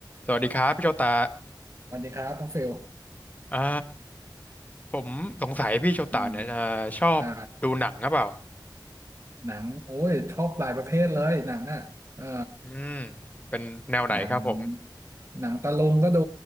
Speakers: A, on the left (about 20°); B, on the right (about 40°).
A: สวัสดีครับพี่โชตา
B: สวัสดีครับน้องเฟล
A: อ่าผมสงสัยพี่โชตาเนี่ยอ่าชอบดูหนังหรือเปล่า
B: อืมอ่าหนังโอ้ยชอบหลายประเภทเลยหนังอ่ะเออ
A: อืมเป็นแนวไหนครับผม
B: หนังหนังตะลุงก็ดู